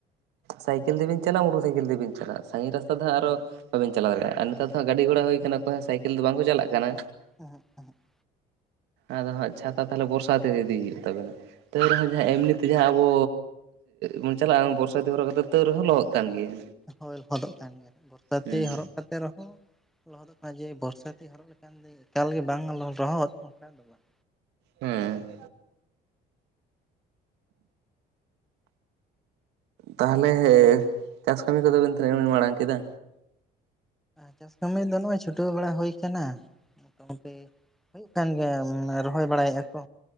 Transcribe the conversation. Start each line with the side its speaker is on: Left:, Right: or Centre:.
Right: ᱥᱟᱭᱠᱮᱞ ᱛᱮᱵᱮᱱ ᱪᱟᱞᱟᱜ ᱢᱚᱴᱚᱨ ᱥᱟᱭᱠᱮᱞ ᱛᱮᱵᱮᱱ ᱪᱟᱞᱟᱜᱼᱟ ᱥᱟᱺᱜᱤᱧ ᱨᱟᱥᱛᱟ ᱫᱚ ᱦᱟᱸᱜ ᱟᱨᱦᱚᱸ
Centre: ᱦᱳᱭ
Right: ᱵᱟᱵᱮᱱ ᱪᱟᱞᱟᱣ ᱫᱟᱲᱮᱭᱟᱜᱼᱟ ᱱᱮᱛᱟᱨ ᱫᱚ ᱦᱚᱸ ᱱᱷᱟᱜ ᱜᱟᱹᱰᱤ ᱜᱷᱚᱲᱟ ᱦᱩᱭ ᱟᱠᱟᱱᱟ ᱚᱠᱚᱭ ᱦᱚᱸ ᱥᱟᱭᱠᱮᱞ ᱫᱚ ᱵᱟᱝᱠᱚ ᱪᱟᱞᱟᱜ ᱠᱟᱱᱟ
Centre: ᱦᱮᱸ <unintelligible>
Right: ᱟᱫᱚ ᱦᱟᱸᱜ ᱪᱷᱟᱛᱟ ᱛᱟᱦᱚᱞᱮ ᱵᱚᱨᱥᱟᱛᱤ ᱤᱫᱤ ᱦᱩᱭᱩᱜ ᱛᱟᱵᱮᱱᱟ ᱛᱚ
Centre: ᱦᱳᱭ
Right: ᱨᱮᱦᱚᱸ ᱡᱟᱦᱟᱸ ᱮᱢᱱᱤ ᱛᱮ ᱡᱟᱦᱟᱸ ᱟᱵᱚ ᱵᱚᱱ ᱪᱟᱞᱟᱜᱼᱟ ᱵᱚᱨᱥᱟᱛᱤ ᱦᱚᱨᱚᱜ ᱠᱟᱛᱮ ᱛᱟᱹᱣ ᱨᱮᱦᱚᱸ ᱞᱚᱦᱚᱫ ᱠᱟᱱ ᱜᱮᱭᱟ
Centre: ᱦᱳᱭ ᱞᱚᱦᱚᱫᱚᱜ ᱠᱟᱱ ᱜᱮᱭᱟ ᱵᱚᱨᱥᱟᱛᱤ
Right: ᱦᱩᱸ
Centre: ᱦᱚᱨᱚᱜ ᱠᱟᱛᱮᱫ ᱨᱮᱦᱚᱸ ᱞᱚᱦᱚᱫᱚᱜ ᱠᱟᱱᱟ ᱡᱮ ᱵᱚᱨᱥᱟᱛᱤ ᱦᱚᱨᱚᱜ ᱞᱮᱠᱷᱟᱱ ᱫᱚ ᱮᱠᱟᱞᱜᱮ ᱵᱟᱝ ᱞᱚᱦᱚᱫ ᱨᱮᱦᱚᱸ ᱚᱱᱠᱟ ᱫᱚ ᱵᱟᱝ
Right: ᱦᱮᱸ ᱛᱟᱦᱚᱞᱮ ᱪᱟᱥ ᱠᱟᱹᱢᱤ ᱠᱚᱫᱚ ᱵᱮᱱ ᱛᱤᱱᱟᱹᱜ ᱵᱮᱱ ᱢᱟᱲᱟᱝ ᱠᱮᱫᱟ
Centre: ᱪᱟᱥ ᱠᱟᱹᱢᱤ ᱫᱚ ᱱᱚᱜᱼᱚᱭ ᱪᱷᱩᱴᱟᱹᱣ ᱵᱟᱲᱟ ᱦᱩᱭ ᱟᱠᱟᱱᱟ ᱢᱚᱴᱟᱢᱩᱴᱤ ᱦᱩᱭᱩᱜ ᱠᱟᱱ ᱜᱮᱭᱟ ᱨᱚᱦᱚᱭ ᱵᱟᱲᱟᱭᱮᱫᱼᱟ ᱠᱚ